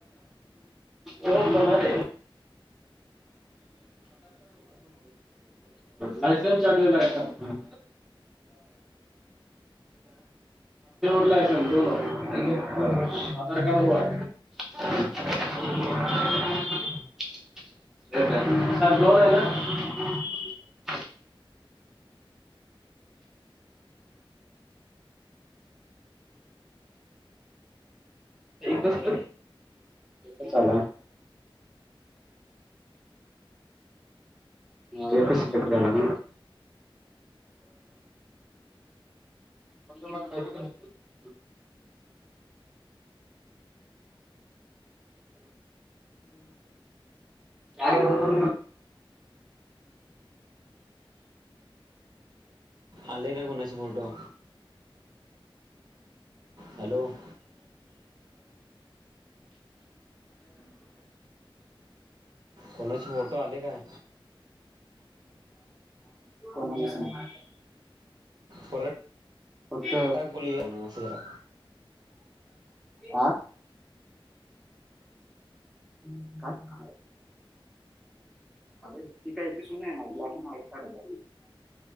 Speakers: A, in the centre; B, on the right.
A: तो बनणार आहे. लायसन चालू आहे लायसन <unintelligible> हम्म <inaudible> <unintelligible> एकच तर एकच आला माझं कसं एडिट झालं नाही? <unintelligible> चार बरोबर
B: आले काय कोणाचे फोटो? हॅलो <inaudible> कोणाचे फोटो आले काय?
A: कोणाचेच नाही? <unintelligible>
B: परत
A: फक्त
B: टाक बोलूया म्हण असं जरा
A: हा काय ठीक आहे <unintelligible>